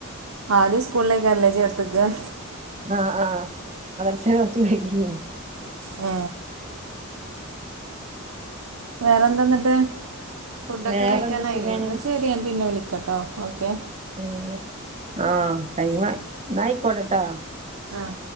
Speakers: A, on the right (about 80°); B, on the right (about 30°).
A: ആദ്യംസ്കൂളിലേക്കാണല്ലേ ചേർത്തേക്ക
B: ആഹ ആഹ മദ്രസ ഫസ്റ്റ് കഴിഞ്ഞു
A: ആ വേറെന്തായെന്നിട്ട് ഫുഡൊക്കെ
B: വേറെന്ത്
A: കഴിക്കാനായില്ലേ,
B: സുഖാണ്
A: എന്നാ ശരി ഞാൻ പിന്നെ വിളിക്കാട്ടോ ഓക്കേ
B: ഏ ആഹ് എന്നാ എന്നായികോട്ടേ കേട്ടോ
A: ആഹ്